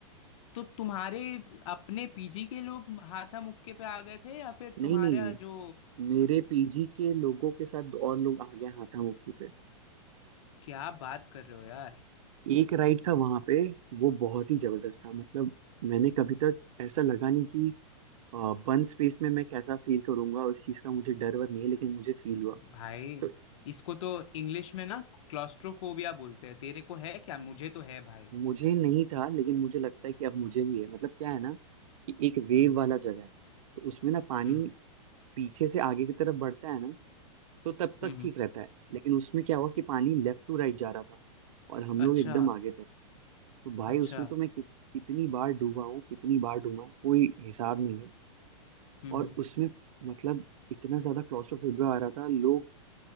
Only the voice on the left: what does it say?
तो तुम्हारे अपने पीजी के लोग हाथा मुक्के पे आ गए थे या फिर तुम्हारा
जो
क्या बात कर रहे हो यार
भाई
इसको तो इंग्लिश में ना क्लॉस्ट्रोफोबिया बोलते हैं तेरे को है क्या मुझे तो है भाई
हम्म हम्म।
हम्म
हम्म हम्म,
अच्छा
अच्छा
हम्म
हम्म,